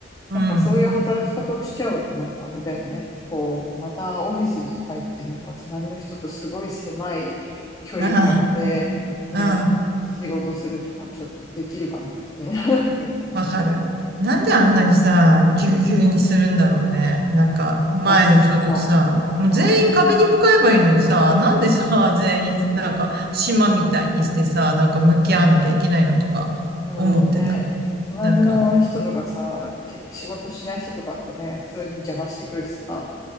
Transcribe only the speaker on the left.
なんかそういう働き方をしちゃうとなんかあれだよね。こう、またオフィスに帰ってなんか隣の人とすごい狭い距離感でね、
仕事するとかちょっとできるかなって気になるよね。
まあ、せん、まあ、
うん
うんね、
隣の人とかさ、
結構仕事しない人とかとね、普通に邪魔してくるしさ、